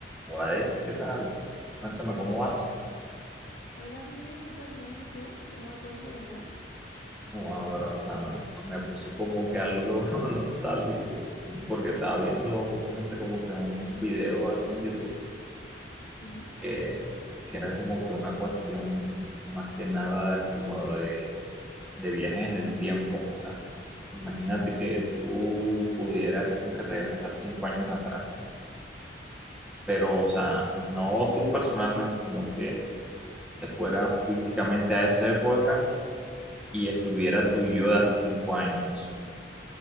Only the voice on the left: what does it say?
Hola, Miguel, súper bien. ¿Y tú? ¿Cómo va todo por allá?
Sí,